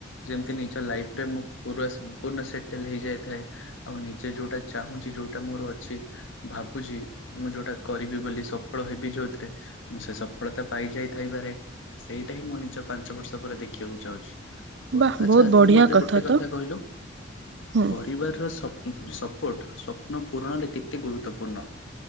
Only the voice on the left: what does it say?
ଯେମତି ନିଜ ଲାଇଫରେ ମୁଁ ପୁରା ସମ୍ପୂର୍ଣ୍ଣ ସେଟଲ ହେଇଯାଇଥାଏ, ଆଉ ନିଜେ ଯୋଉଟା ଚାହୁଁଛି ଯୋଉଟା ମୋର ଅଛି ଭାବୁଛି ମୁଁ ଯୋଉଟା କରିବି ବୋଲି ସଫଳ ହେବି ଯୋଉଥିରେ ମୁଁ ସେ ସଫଳତା ପାଇଯାଇ ଥାଇପାରେ ସେଇଟା ହିଁ ମୁଁ ନିଜ ପାଞ୍ଚ ବର୍ଷ ପରେ ଦେଖିବାକୁ ଚାହୁଁଛି। ପୁ
ଆଚ୍ଛା
ତୁ ମତେ ଗୋଟେ କଥା
କହିଲୁ,
ପରିବାରର ସ ସପୋର୍ଟ ସ୍ୱପ୍ନ ପୂରଣରେ କେତେ ଗୁରୁତ୍ୱପୂର୍ଣ୍ଣ?